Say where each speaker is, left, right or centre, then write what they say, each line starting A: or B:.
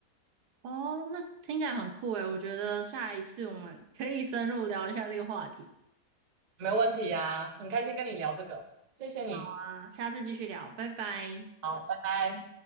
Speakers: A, on the right (about 80°); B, on the right (about 55°).
A: 哦，那听起来很酷诶，我觉得下一次我们可以深入聊一下这个话题
B: 没问题啊，很开心跟你聊这个，谢谢你，
A: 啊，下次继续聊，拜拜。
B: 好，拜拜。